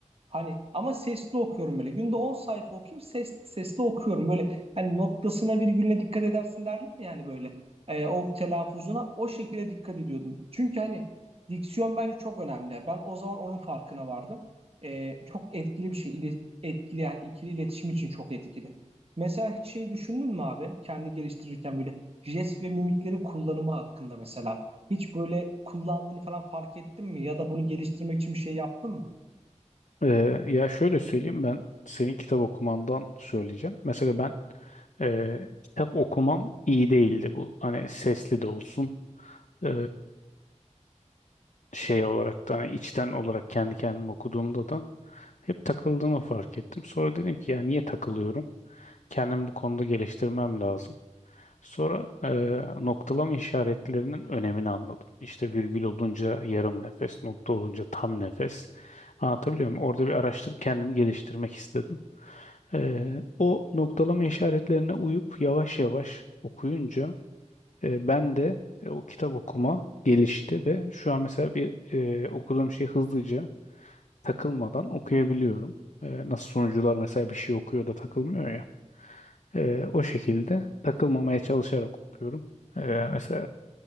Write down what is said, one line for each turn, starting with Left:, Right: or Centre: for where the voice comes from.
Right: Hani ama sesli okuyorum böyle. Günde 10 sayfa okuyayım sesli sesli okuyorum. Böyle hani noktasına virgülüne dikkat edersin derler yani böyle. Ee, o telaffuzuna o şekilde dikkat ediyordum. Çünkü hani diksiyon bence çok önemli. Ben o zaman onun farkına vardım. Ee, çok etkili bir şey. İli- etkili yani ikili iletişim için çok etkili. Mesela hiç şey düşündün mü abi? Kendi geliştirirken böyle jest ve mimiklerin kullanımı hakkında mesela. Hiç böyle kullandığını falan fark ettin mi? Ya da bunu geliştirmek için bir şey yaptın mı?
Left: Ee, ya şöyle söyleyeyim ben senin kitap okumandan söyleyeceğim. Mesela ben e, kitap okumam iyi değildi bu. Hani sesli de olsun e, şey olarak da hani içten olarak kendi kendime okuduğumda da hep takıldığımı fark ettim. Sonra dedim ki ya niye takılıyorum? Kendimi bu konuda geliştirmem lazım. Sonra eee, noktalama işaretlerinin önemini anladım. İşte virgül olunca yarım nefes, nokta olunca tam nefes. Anlatabiliyor muyum? Orada bir araştırıp kendimi geliştirmek istedim. Eee, o noktalama işaretlerine uyup yavaş yavaş okuyunca eee, ben de e, o kitap okuma gelişti ve şu an mesela bir eee, okuduğum şey hızlıca takılmadan okuyabiliyorum. Ee, nasıl sunucular mesela bir şey okuyor da takılmıyor ya. Ee, o şekilde takılmamaya çalışarak okuyorum. Ee, mesela